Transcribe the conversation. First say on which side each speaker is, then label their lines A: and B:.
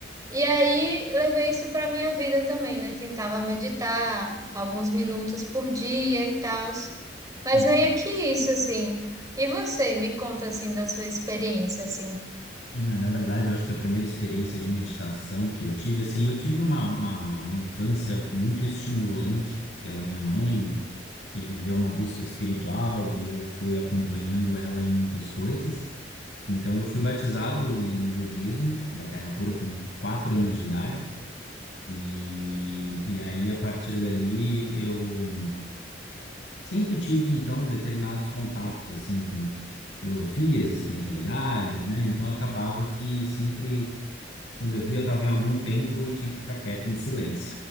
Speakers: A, on the right; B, on the left.
A: E aí levei isso para minha vida também, né? Tentava meditar alguns minutos por dia e tal. Mas
B: Hum.
A: meio que isso, assim. E você, me conta assim da sua experiência, assim.
B: Ah, Na verdade, eu acho que a primeira experiência de meditação que eu tive, assim, eu tive uma, uma, uma infância muito estimulante pela minha mãe, que viveu uma busca espiritual e eu fui acompanhando ela em muitas coisas. Então, eu fui batizado no budismo da Terra Pura com quatro anos de idade. E, e aí, a partir dali, eu sempre tive, então, determinados contatos, assim, com filosofias, espiritualidades, né? Então, acabava que sempre, quando eu via, eu estava em algum templo e tinha que ficar quieto em silêncio.